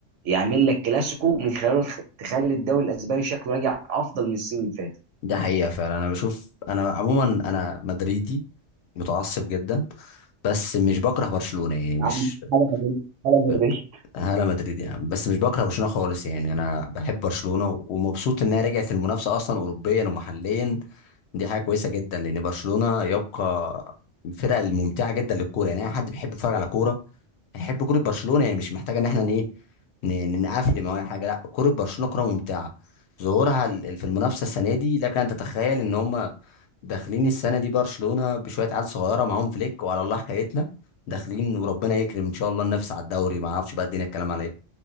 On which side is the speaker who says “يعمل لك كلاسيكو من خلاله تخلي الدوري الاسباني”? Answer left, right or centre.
Right